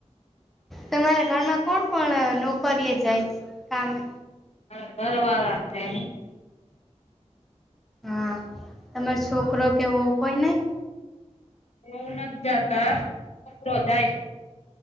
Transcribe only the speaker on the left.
હ ઘરવાળા <inaudible>
એવું નથી જાતા છોકરો જાય.